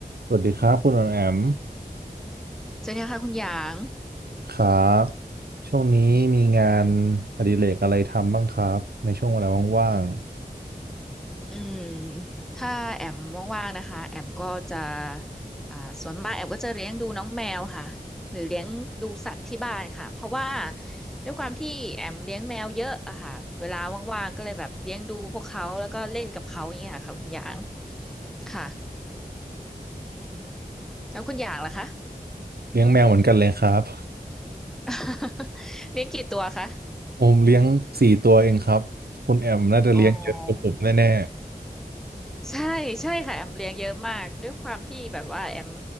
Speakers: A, on the right; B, in the centre.
A: สวัสดีครับคุณออมแอม
B: สวัสดีค่ะคุณหยาง
A: ครับช่วงนี้มีงานอดิเรกอะไรทำบ้างครับในช่วงเวลาว่าง
B: อืมถ้าแอมว่างๆนะคะแอมก็จะอ่าส่วนมากแอมก็จะเลี้ยงดูน้องแมวค่ะหรือเลี้ยงดูสัตว์ที่บ้านค่ะเพราะว่าด้วยความที่แอมเลี้ยงแมวเยอะอะค่ะเวลาว่างๆก็เลยแบบเลี้ยงดูพวกเขาแล้วก็เล่นกับเขาอย่างเงี้ยค่ะคุณหยางค่ะแล้วคุณหยางล่ะคะ
A: ๆเลี้ยงแมวเหมือนกันเลยครับ
B: <laughs> เลี้ยงกี่ตัวคะ
A: <laughs> ผมเลี้ยงสี่ตัวเองครับคุณแอมน่าจะเลี้ยงเยอะกว่าผมแน่
B: อ๋อ ใช่ใช่ค่ะแอมเลี้ยงเยอะมากด้วยความที่แบบว่าแอม